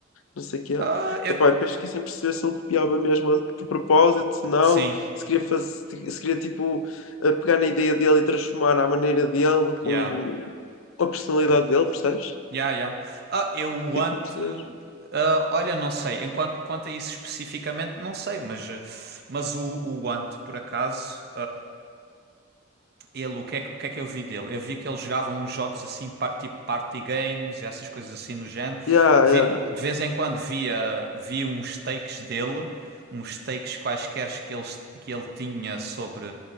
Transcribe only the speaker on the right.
Ah, eu.
Sim,
yeah.
Yeah, yeah. Ah, eu
ante.
ah, olha, não sei. Enquanto, quanto a isso especificamente, não sei, mas, eh, mas o, o ante, por acaso. Ele, o que é, que o que é que eu vi dele? Eu vi que ele jogava uns jogos assim, par- tipo party games e essas coisas assim no género.
Vi-
de vez em quando via, via uns takes dele, uns takes quaisquer que ele, que ele tinha sobre.